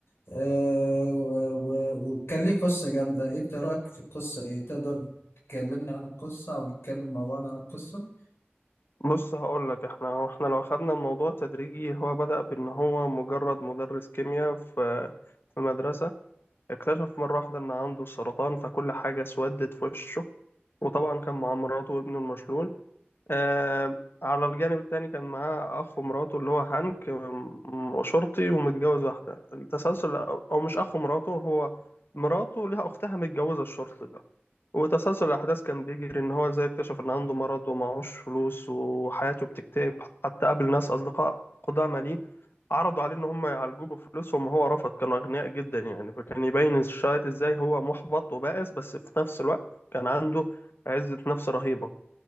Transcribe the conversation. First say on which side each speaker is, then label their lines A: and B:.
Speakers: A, on the left (about 75°); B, on the left (about 60°).
A: آه، و- و- وكان ليه قصة جامدة إيه أنت رأيك في القصة إيه تقدر تكلمني عن القصة أو نتكلم مع بعض عن القصة؟
B: بص هقول لك احنا هو احنا لو خدنا الموضوع تدريجي هو بدأ بان هو مجرد مدرس كيمياء في في مدرسة اكتشف مرة واحدة ان عنده سرطان فكل حاجة اسودت في وشه وطبعا كان مع مراته وابنه المشلول آه على الجانب التاني كان معاه أخ ومراته اللي هو هانك م- م- شرطي ومتجوز واحدة التسلسل أو أو مش أخ ومراته هو مراته ليها أختها متجوزة الشرطي ده وتسلسل الأحداث كان بيجري إن هو إزاي اكتشف إن عنده مرض ومعهوش فلوس وحياته بتكتئب حتى قابل ناس أصدقاء قدامى ليه عرضوا عليه إن هم يعالجوه بفلوسهم وهو رفض كانوا أغنياء جدا يعني فكان يبين الش- إزاي هو محبط وبائس بس في نفس الوقت كان عنده عزة نفس رهيبة